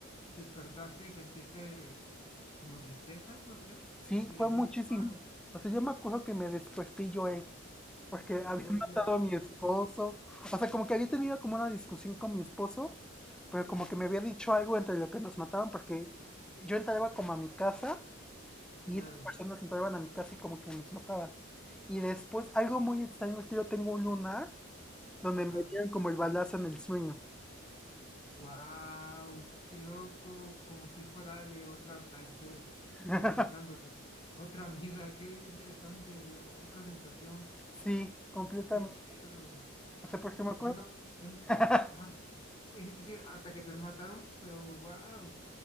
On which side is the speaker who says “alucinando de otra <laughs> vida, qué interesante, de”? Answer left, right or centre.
Left